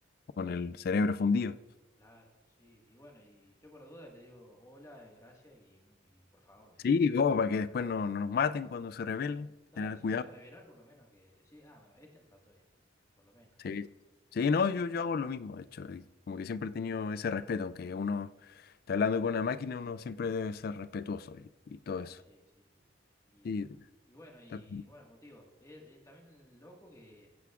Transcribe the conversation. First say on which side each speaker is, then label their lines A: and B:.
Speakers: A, on the left; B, on the left.
A: con el cerebro fundido.
B: claro, sí. Y bueno, y yo por las dudas le digo hola, eh, gracias y, mu- y por favor, ¿viste?
A: Sí, como para que después no, no nos maten cuando se rebelen,
B: Claro,
A: tener
B: si
A: cuidado.
B: llegan a revelar, por lo menos que decir, ah, bueno, este no está todavía, por lo menos.
A: Sí, sí,
B: Eso.
A: no, yo, yo hago lo mismo, de hecho, y como que siempre he tenido ese respeto, aunque uno está hablando con una máquina, uno siempre debe ser respetuoso y, y todo
B: Claro,
A: eso.
B: sí, sí, sí. Y,
A: Sí,
B: y bueno, y
A: está-
B: bueno, como te digo, es, es también loco que